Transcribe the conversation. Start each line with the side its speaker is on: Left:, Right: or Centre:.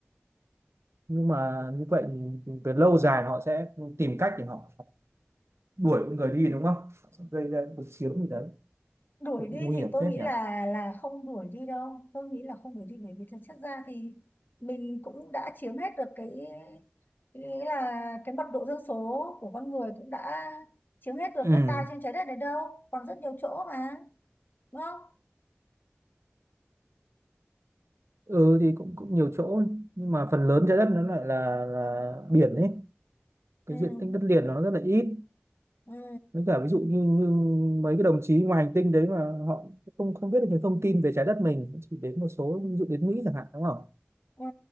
Right: nhưng mà như vậy thì thì về lâu dài họ sẽ tìm cách để họ đuổi con người đi đúng không Họ sẽ gây ra cuộc chiến gì đấy
Left: đuổi
Right: cũng
Left: đi
Right: nguy
Left: thì
Right: hiểm
Left: tôi
Right: phết
Left: nghĩ
Right: nhỉ
Left: là là không đuổi đi đâu tôi nghĩ là không đuổi đi bởi vì thực chất ra thì mình cũng đã chiếm hết được cái nghĩa là cái mật độ dân số của con người cũng đã chiếm hết được
Right: ừ.
Left: đất đai trên trái đất này đâu còn rất nhiều chỗ mà đúng không
Right: ừ thì cũng cũng nhiều chỗ nhưng mà phần lớn trái đất nó lại là là biển ấy cái
Left: ừ
Right: diện tích đất liền nó rất là ít
Left: ừ
Right: với cả ví dụ như, như mấy cái đồng chí ngoài hành tinh đấy mà họ không không biết được những thông tin về trái đất mình chỉ đến một số ví dụ đến Mỹ chẳng hạn đúng không
Left: ừ